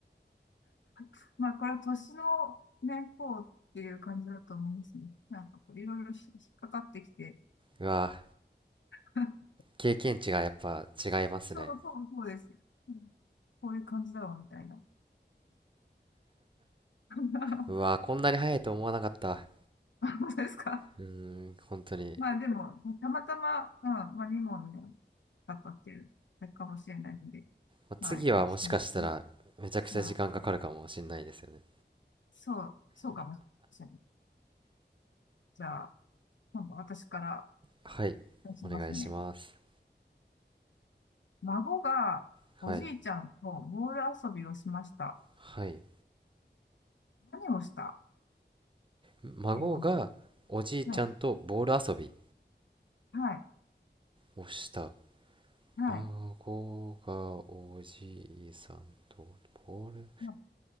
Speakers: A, on the left (about 90°); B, on the right (about 30°).
A: <laughs> まあ、これは年のね、こうっていう感じだと思いますね。なんかこう、いろいろひ引っかかってきて、
B: うわ、
A: <laughs>
B: 経験値がやっぱ違いますね。
A: そうそうそうです。うんこういう感じだろうみたいな。<laughs> そ
B: うわ、こんなに早いと思わなかった。
A: うですか。
B: うーん、本当に。
A: まあでも、たまたま、うん、まあ2問ね、買ったっていう、あれかもしれないので、
B: まあ次はもしかしたらめちゃくちゃ時間かかるかもしんないですよね。
A: まあ私もね、まあ、そう、そうかもしれない。じゃあ、今度私から
B: はい。
A: 出しますね。
B: お願いします。
A: 孫がおじいちゃんとボール遊びをしました。
B: はい。はい。
A: 何をした
B: 孫がおじいちゃんとボール遊び
A: 今の。はい。はい。
B: をした
A: はい。
B: 孫がおじいさんとボール
A: 何